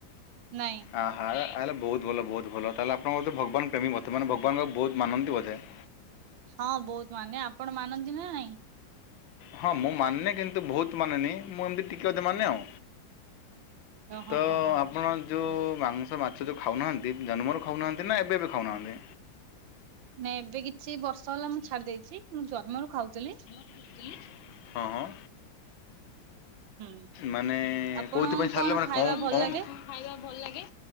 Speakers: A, on the right (about 80°); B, on the left (about 85°).
A: ନାଇଁ
B: ଆ ‌ହା ହେଲେ ବହୁତ ଭଲ ବହୁତ ଭଲ ତାହେଲେ ଆପଣ ବୋଧେ ଭଗବାନ ପ୍ରେମୀ ବର୍ତ୍ତମାନ ଭଗବାନଙ୍କୁ ବହୁତ ମାନନ୍ତି ବୋଧେ। <inaudible>
A: ହଁ ବହୁତ ମାନେ ଆପଣ ମାନନ୍ତି ନା ନାଇଁ।
B: ହଁ ମୁଁ ମାନେ କିନ୍ତୁ ବହୁତ ମାନେନି ମୁଁ ଏମିତି ଟିକେ ଅଧେ ମାନେ ଆଉ।
A: ଓ ହଁ
B: ତ
A: ହଁ ହଁ
B: ଆପଣ ଯୋଉ ମାଂସ ମାଛ ଯୋଉ ଖାଉନାହାନ୍ତି ଜନ୍ମରୁ ଖାଉନାହାନ୍ତି ନା ଏବେ ବି ଖାଉନାହାନ୍ତି?
A: ନାଇଁ ଏବେ କିଛି ବର୍ଷ ହେଲା ମୁଁ ଛାଡ଼ି ଦେଇଚି। ମୁଁ ଜନ୍ମରୁ ଖାଉଥିଲି।
B: ଅଁ ହଁ।
A: ହୁଁ।
B: ମାନେ
A: ଆପଣ
B: କୋଉଥିପାଇଁ ଛାଡ଼ିଲେ ମାନେ
A: ଖାଇବା
B: କଣ
A: ଭଲ
B: କଣ
A: ଲାଗେ?
B: ଖାଇବା ଭଲ ଲାଗେ?